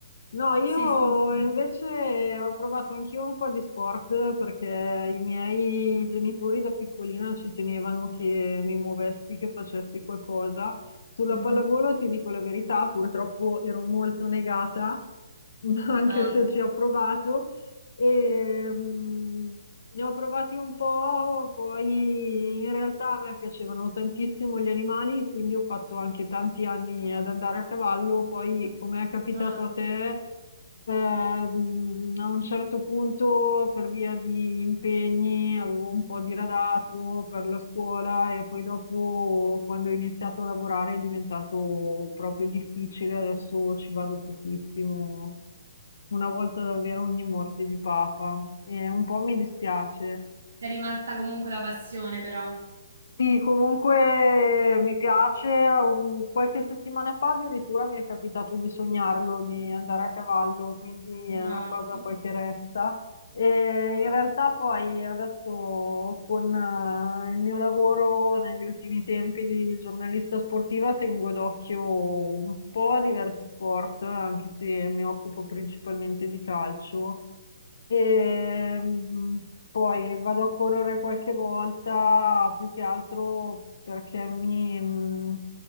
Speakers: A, on the left; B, on the right.
A: No, io
B: Sì, sì. sì.
A: invece ho provato anch'io un po' di sport perché i miei genitori da piccolina ci tenevano che mi muovessi, che facessi qualcosa. Sulla
B: Mhm.
A: pallavolo, ti dico la verità, purtroppo ero molto negata, <laughs> anche
B: Ah,
A: se ci ho provato. E, mh, ne ho provati un po', poi in realtà a me piacevano tantissimo gli animali, quindi ho fatto anche tanti anni ad andare a cavallo. Poi, come è capitato
B: Ah.
A: a te, ehm, a un certo punto, per via di impegni, avevo un po' diradato per la scuola e poi dopo, quando ho iniziato a lavorare, è diventato proprio difficile. Adesso ci vado pochissimo una volta davvero ogni morte di papa e un po' mi dispiace.
B: Ti è rimasta comunque la passione, però.
A: Sì, comunque mi piace. Un- Qualche settimana fa addirittura mi è capitato di sognarlo, di andare a cavallo, quindi è
B: Wow.
A: una cosa poi che resta. E in realtà poi adesso con eh, il mio lavoro negli ultimi tempi di giornalista sportiva tengo d'occhio un po' diversi sport, anche se mi occupo principalmente di calcio. E mm, poi vado a correre qualche volta, più che altro perché mi, mm,